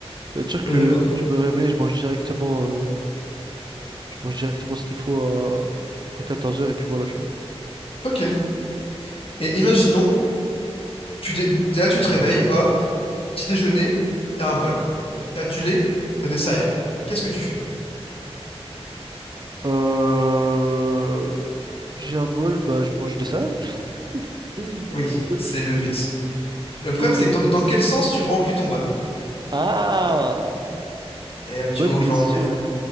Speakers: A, on the right; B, on the left.
A: Ça veut dire
B: Ouais,
A: que
B: d'accord.
A: je me réveille, je mange directement. euh, Je mange directement ce qu'il faut à, à quatorze heures et puis voilà, tu vois.
B: Ok. Et imaginons, tu dé- t'es là, tu te réveilles, hop, petit déjeuner, t'as un bol. T'as du lait, t'as des céréales. Qu'est-ce que tu fais?
A: Euh... J'ai un bol, bah je mange des salades. <laughs>
B: Oui, c'est le but. Le
A: Mais...
B: problème, c'est que dans, dans quel sens tu remplis ton bol?
A: Ah!
B: Eh oui,
A: Bonne
B: tu vois où
A: question.
B: je veux en venir.